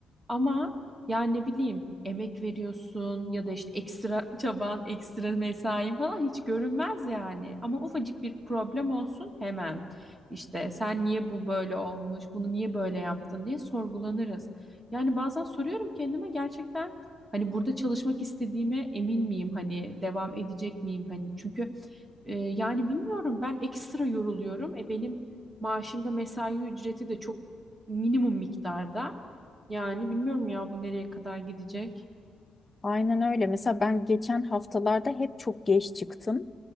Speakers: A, on the right; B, on the left.
A: Ama yani ne bileyim emek veriyorsun ya da işte ekstra <laughs> çaban, ekstra mesain falan hiç görünmez yani. Ama ufacık bir problem olsun hemen işte sen niye bu böyle olmuş, bunu niye böyle yaptın diye sorgulanırız. Yani bazen soruyorum kendime gerçekten hani burada çalışmak istediğime emin miyim? Hani devam edecek miyim? Hani çünkü ee, yani bilmiyorum ben ekstra yoruluyorum. E benim maaşımda mesai ücreti de çok minimum miktarda. Yani bilmiyorum ya bu nereye kadar gidecek.
B: Aynen öyle. Mesela ben geçen haftalarda hep çok geç çıktım.